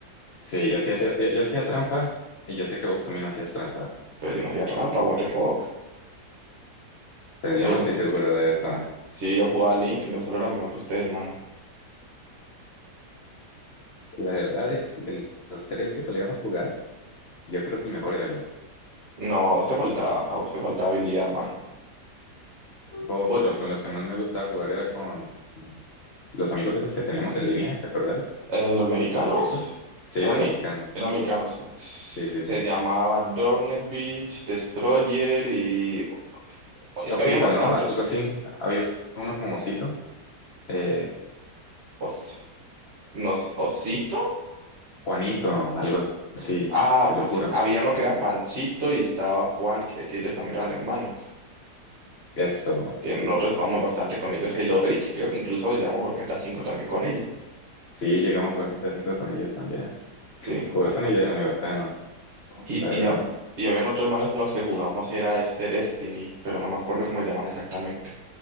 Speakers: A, on the left (about 75°); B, on the right (about 50°).
A: Sí, yo sí hacía, yo, yo hacía trampa y yo sé que vos también hacías trampa.
B: pero yo no hacía trampa, what the fuck.
A: Pero yo
B: Yo,
A: no estoy seguro de eso.
B: sí, yo jugaba limpio, solo era mejor que ustedes, mano.
A: La verdad, de, de los tres que solíamos jugar, yo creo que el mejor era yo.
B: No, a vos te faltaba, a vos te faltaba habilidad, man.
A: Oh,
B: Vos-
A: pero con los que más me gustaba jugar era con los amigos esos que teníamos en línea, ¿te acordás?
B: eh, los mexicanos,
A: El grupito. Sí,
B: sí eran,
A: los
B: me-
A: mexicanos.
B: eran mexicanos. Se
A: Sí, sí, sí.
B: llamaba Dornet Beach, Destroyer y es
A: Osito,
B: que habían bastantes.
A: ¿no? Algo así. Había uno como Osito. eh,
B: Os, no sé, Osito.
A: Juanito, algo así,
B: Ah,
A: te lo
B: pues
A: juro.
B: había uno que era Panchito y estaba Juan, que, que ellos también eran hermanos.
A: Eso.
B: Que nosotros jugamos bastante con ellos Halo Reach y creo que incluso llevamos Gorjeta 5 también con ellos. ¿no?
A: Sí, llegamos a jugar GTA cinco con ellos también.
B: Sí.
A: Jugar con ella era muy bacano,
B: Y,
A: la verdad.
B: y, ha- y habían otros manes con los que jugamos, era este Destiny, pero no me acuerdo cómo se llaman exactamente.